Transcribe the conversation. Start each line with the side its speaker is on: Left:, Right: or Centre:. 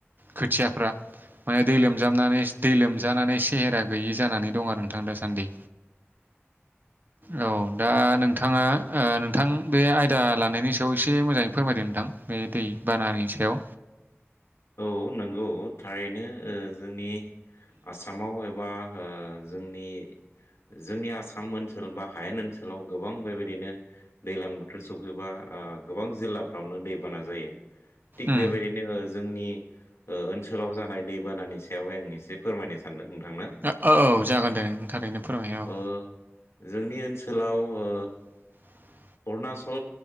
Right: खोथियाफ्रा माने दै लोमजाबनानै दै लोमजानानै सेहेरा गैयि जानानै दं आरो नोंथां दासान्दि। औ दा नोंथाङा ओ नोंथां बे आयदा लानायनि सायाव एसे मोजाङै फोरमायदों नोंथां। बे दै बानानि सायाव।
Left: औ नंगौ थारैनो ओ जोंनि आसामाव एबा ओ जोंनि जोंनि आसाम ओनसोल बा हायेन ओनसोलाव गोबां बेबायदिनो दैज्लां बोथोर सफैबा ओ गोबां जिल्लाफ्रावनो दैबाना जायो थिग
Right: उम
Left: बेबायदिनो ओ जोंनि ओ ओनसोलाव जानाय दैबानानि सायावहाय आं एसे फोरमायनो सानदों। नोंथांनो
Right: ओ औ औ जागोन दे नों थारैनो। फोरमाय औ
Left: ओ जोंनि ओनसोलाव ओ
Right: <inaudible>
Left: अरुणाचल